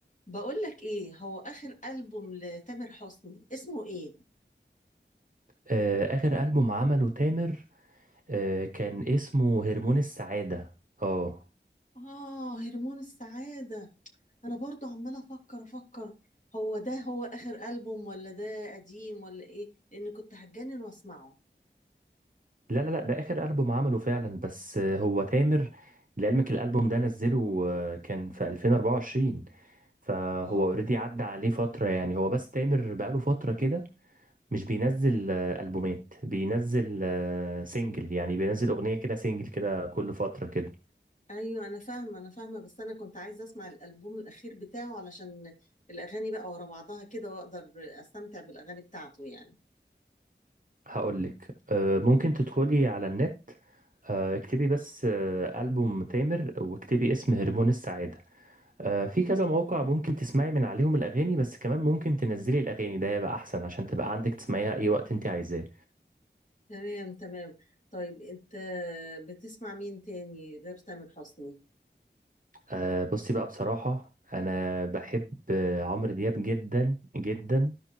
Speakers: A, on the left (about 40°); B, on the right (about 45°).
A: بقول لك ايه هو اخر البوم لتامر حسني اسمه ايه
B: آه، آخر ألبوم عمله تامر آه، كان اسمه هرمون السعادة اه
A: اه هرمون السعادة انا برضو عمالة افكر افكر هو ده هو اخر البوم ولا ده قديم ولا ايه لان كنت هتجنن واسمعه
B: لا لا لا ده آخر ألبوم عمله فعلا بس آه، هو تامر لعلمك الألبوم ده نزله آه، كان في 2024 فهو
A: اه
B: اوريدي عدى عليه فترة يعني هو بس تامر بقاله فترة كده مش بينزل آه، ألبومات بينزل آه، سينجل يعني بينزل أغنية كده سينجل كده كل فترة كده
A: ايوه انا فاهمة انا فاهمة بس انا كنت عايزة اسمع الالبوم الاخير بتاعه علشان الاغاني بقى ورا بعضها كده واقدر استمتع بالاغاني بتاعته يعني
B: هقولك آه، ممكن تدخلي على النت آه، اكتبي بس آه، ألبوم تامر واكتبي اسم هرمون السعادة آه، في كذا موقع ممكن تسمعي من عليهم الأغاني بس كمان ممكن تنزلي الأغاني ده يبقى أحسن عشان تبقى عندك تسمعيها أي وقت أنت عايزاه
A: تمام تمام طيب انت بتسمع مين تاني غير تامر حسني
B: آه، بصي بقى بصراحة أنا بحب آه، عمرو دياب جدا جدا